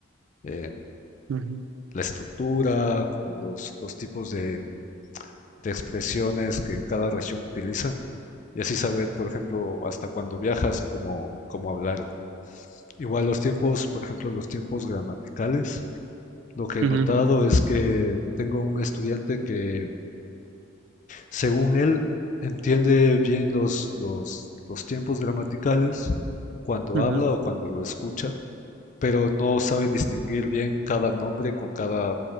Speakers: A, on the left (about 40°); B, on the right (about 75°).
A: eh,
B: ujú,
A: la estructura, como los, los tipos de, de expresiones que en cada región utilizan y así saber, por ejemplo, hasta cuando viajas, cómo, cómo hablar, ¿no? Igual los tiempos, por ejemplo, los tiempos gramaticales. Lo que he
B: ujú,
A: notado es que tengo un estudiante que, según él, entiende bien los, los, los tiempos gramaticales cuando
B: ujú,
A: habla o cuando lo escucha, pero no sabe distinguir bien cada nombre con cada